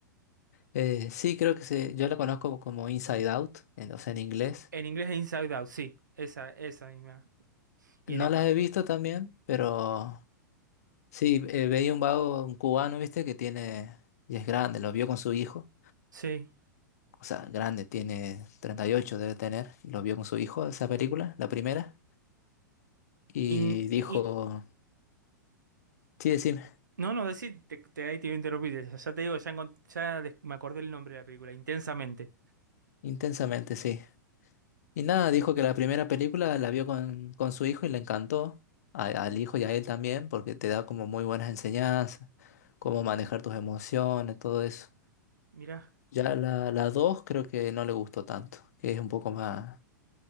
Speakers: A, on the left; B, on the right.
A: eh, sí, creo que se, yo la conozco como Inside Out, en, o sea, en inglés.
B: En inglés es Inside Out, sí, esa, esa misma. Y
A: No
B: en español,
A: las he visto también, pero Sí, eh, veía un vago, un cubano, viste, que tiene, y es grande, lo vio con su hijo,
B: sí.
A: o sea, grande, tiene 38 debe tener, y lo vio con su hijo, esa película, la primera, y
B: In-
A: dijo,
B: i-
A: sí, decime,
B: No, no, decir, te, te, ahí te iba a interrumpir. Ya te digo, ya, encont- ya des- me acordé el nombre de la película, Intensamente.
A: intensamente, sí. Y nada, dijo que la primera película la vio con, con su hijo y le encantó, a- al hijo y a él también, porque te da como muy buenas enseñanzas, cómo manejar tus emociones, todo eso.
B: Mirá,
A: Ya la, la dos creo que no le gustó tanto, que es un poco más,